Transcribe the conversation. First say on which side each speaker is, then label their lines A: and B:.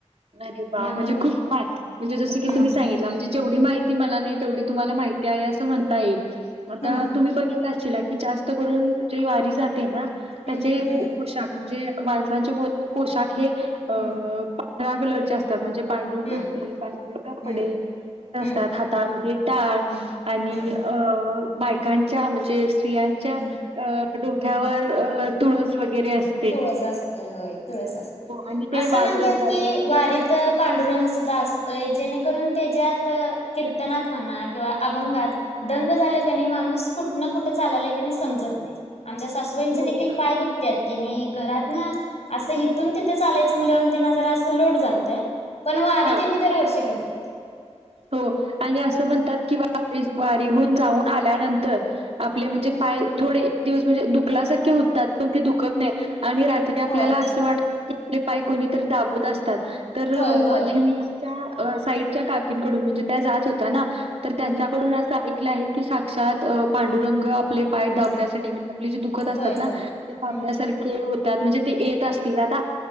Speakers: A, on the right; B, on the left.
A: अरे वा
B: मग
A: म्हणजे खूप काय म्हणजे जसं की
B: हम्म
A: तुम्ही सांगित तला म्हणजे जेवढी माहिती मला नाही तेवढी तुम्हाला माहिती आहे असं म्हण ताई आता
B: हम्म
A: तुम्ही बिघितला अशिला जास्त करून जी वारी जाते ते ना त्याचे
B: हम्म हम्म
A: पोशाख म्हणजे माणसांचे पोशाख हे अ
B: हम्म
A: कलर चे असतात म्हणजे पांढरी
B: हम्म
A: टोपी, पांढरे कपडे
B: हम्म
A: असतात
B: हम्म
A: हातामध्ये टाळ
B: हम्म
A: आणि
B: हम्म
A: अ बायकांच्या म्हणजे स्त्रियां च्या
B: हम्म
A: डोक्यावर
B: हम्म
A: तुळस वगैरे अस
B: तुळस असत्या होय तुळस असत्या
A: आणि ते
B: असं
A: वाजत
B: म्हणत्यात
A: गाजत
B: की वारीत
A: कीर्तन
B: तिथं पांडुरंग सुद्धा असतोय जेणेकरून त्याच्यात कीर्तनात म्हणा किंवा अभंगात दंग झालं कनी माणूस कुठन कुठ चाललाय समजत नाही आमच्या सासू
A: हो
B: चे देखील पाय दुखत्यात तेनी घरातनं असं हिथून तिथं चालायचं म्हणल्यावर त्यांना जरा असं लोड जातय पण वारी
A: हा
B: त्यांनी दरवर्षी करत्यात.
A: हो आणि असं
B: हम्म
A: म्हणतात की व वारीहून जाऊन आल्यानंतर आपले म्हणजे
B: हम्म
A: पाय थोडे एक दिवस म्हणजे दुखल्यासारखे होतात पण ते दुखत नाही
B: हम्म
A: आणि रात्री आपल्याला
B: होय
A: असं वाटत की आपले पाय कोणीतरी दाबत असतात. तर
B: होय
A: म्हणजे
B: होय
A: मी आमच्या साईडच्या काकींकडून म्हणजे त्या जात होत ना तर त्यांच्याकडून
B: हम्म
A: असं ऐकलं आहे की साक्षात
B: हम्म
A: पांडुरंग आपले पाय
B: हम्म
A: दाबण्यासाठी म्हणजे आपले जे दुःखत असतात
B: होय
A: ना
B: होय.
A: ते दाबल्यासार
B: हम्म
A: खे होतात म्हणजे ते येत असतील आता